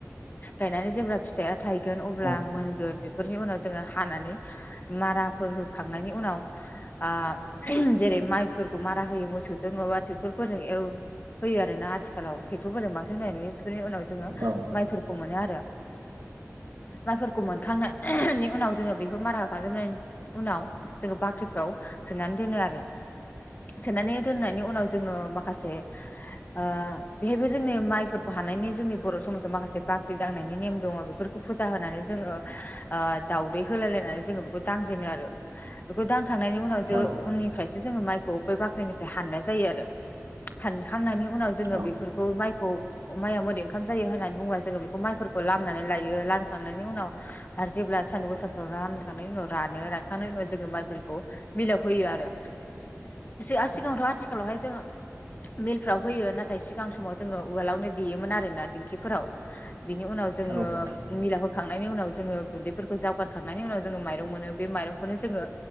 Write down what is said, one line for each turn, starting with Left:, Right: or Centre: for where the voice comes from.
Left: गायनानै जेब्ला फिथाइया थायगोन अब्ला
Right: औ
Left: मोनगोन, बेफोरनि उनाव जोङो हानानै माराफोर होखांनायनि उनाव आ जेरै माइफोरखौ मारा होयो मोसौजों नङाबा ट्रेक्टरफोरजों एव होयो आर ना आथिखालाव ट्रेक्टरफोरजों बांसिन होननाय नुयो। बेफोरनि उनाव जोङो
Right: औ
Left: माइफोरखौ मोनो आरो। माइफोरखौ मोनखांनायनि उनाव जोङो बेखौ मारा खालामजोबनायनि उनाव जोङो बाख्रिफ्राव सोनानै दोनो आरो। सोनानै दोननायनि उनाव जोङो माखासे ओ बेहायबो जोंनि माइफोरखौ हानायनि जोंनि बर' समाजाव माखासे जे बाख्रि दांनायनि नेम दङ बेफोरखौ फुजा होनानै जोङो ओ दाउदै होलाय लायनानै जोङो बेखौ दांजेनो आरो। बेखौ दांखांनायनि उनाव जों
Right: औ
Left: उननि फ्रायसो जोङो माइखौ बै बाख्रिनिफ्राय हाननाय जायो आरो। हानखांनायनि उनाव
Right: नोंथां
Left: जोङो बेफोरखौ माइखौ माइआ बोरै ओंखाम जायो होननानै बुंबा जोङो बेखौ माइफोरखौ लामनानै लायो, लांखांनायनि उनाव आरो जेब्ला सान्दुं गोसाफ्राव लामखांनायनि उनाव रानो, रानखांनायनि उनाव जोङो माइफोरखौ मिलाव होयो आरो। ओ सिगाङावथ' आथिखालावहाय जोङो मिलफ्राव होयो नाथाय सिगां समाव जोङो उवालावनो देयोमोन आरोना दिंखिफोराव। बिनि उनाव जोङो
Right: औ नोंथां
Left: मिलाव होखांनायनि उनाव जोङो गुन्दैफोरखौ जावगारखांनायनि उनाव जोङो माइरं मोनो, बे माइरंखौनो जोङो